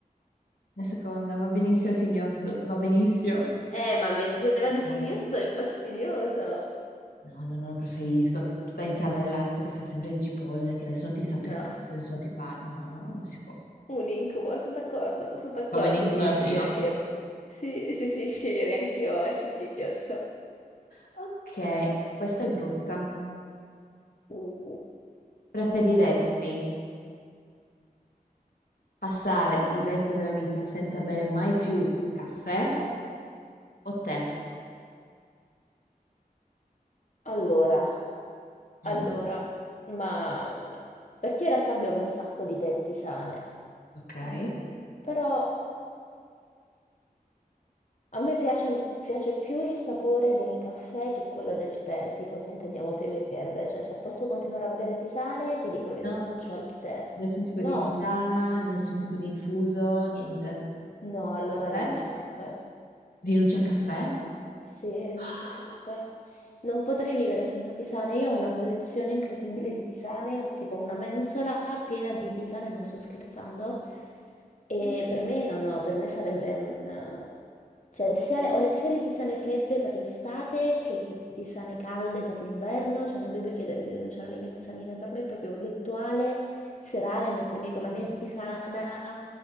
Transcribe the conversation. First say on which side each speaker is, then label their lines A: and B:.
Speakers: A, on the left (about 85°); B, on the left (about 50°).
A: La seconda va benissimo il singhiozzo, va benissimo.
B: Eh, ma mezz'ora di singhiozzo
A: No.
B: è fastidioso.
A: No, no, no, lo preferisco. Tu pensi a avere l'alito che sa sempre di cipolle, che nessuno ti sta più
B: No.
A: accanto, nessuno ti fa... No, no, no, non si può.
B: Un incubo, sono d'accordo, sono d'accordo,
A: Va benissimo
B: sì,
A: la
B: scegliere
A: prima.
B: anche io. Sì, sì, sì, sceglierei anch'io il singhiozzo.
A: Ok, questa è brutta.
B: Uh,
A: Preferiresti passare il resto della vita senza bere mai più caffè o tè?
B: allora,
A: Mm.
B: allora, ma perché io in realtà bevo un sacco di tè tisane,
A: Ok. Eh,
B: però a me piace, piace più il sapore del caffè che quello del tè, tipo se intendiamo tè verde, cioè se posso continuare a bere tisane ti dico rinuncio
A: No,
B: al tè.
A: nessun tipo di
B: No?
A: tisana, nessun tipo di infuso, niente.
B: No, allora
A: Caffè?
B: rinuncio al caffè.
A: Rinuncia al caffè?
B: Se rinuncio
A: <gasps>
B: al caffè, non potrei vivere senza tisane. Io ho una collezione incredibile di tisane, ho tipo una mensola piena di tisane, non sto scherzando. E
A: Incredibile.
B: per me no, no, per me sarebbe un... eh, Cioè, sia le- ho le, sia le tisane fredde per l'estate che le tisane calde per l'inverno, cioè non mi puoi chiedere di rinunciare alle mie tisanine, per me è proprio un rituale serale mettermi con
A: Eh,
B: la mia tisana,